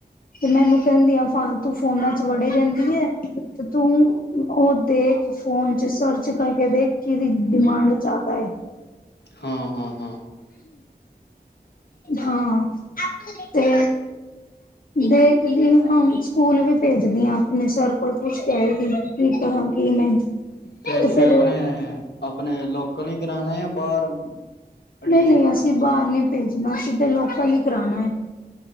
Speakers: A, on the left; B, on the left.
A: ਤੇ ਮੈਨੂੰ ਕਹਿੰਦੀ ਆ ਫਾਲਤੂ ਫੋਨਾ ਚ ਵੜੇ ਰਹਿੰਦੀ ਆ ਤੇ ਤੂੰ ਉਹ ਦੇਖ ਫੋਨ ਚ ਸਰਚ ਕਰ ਕ ਦੇ ਕਿਦੀ ਡਿਮਾਂਡ ਜ਼ਿਆਦਾ।
B: ਹਾਂ ਹਾਂ ਹਾਂ।
A: ਹਾਂ ਤੇ ਦੇਖਦੀ ਹਣ ਸਕੂਲ ਵੀ ਭੇਜਦੀ ਹ। ਆਪਣੇ ਸਰ ਕੋਲ ਪੁੱਛ ਕੇ ਆਏ ਸੀ ਕੀ ਕਰਾਂ ਕੀ ਨਹੀਂ
B: ਇੱਥੇ
A: ਤੇ ਫਿਰ
B: ਆਪਣੇ ਆਪਣੇ ਲੋਕਲ ਹੀ ਕਰਾਣਾ ਜਾਂ ਬਾਹਰ ਐਡਮਿਸ਼ਨ
A: ਨਹੀਂ ਨਹੀਂ
B: ਕਰਾਣਾ।
A: ਅਸੀਂ ਬਾਹਰ ਨੀ। ਭੇਜਣਾ ਸਿਧਾ ਲੋਕਾਂ ਲਈ ਕਰਾਉਣਾ ਹੈ।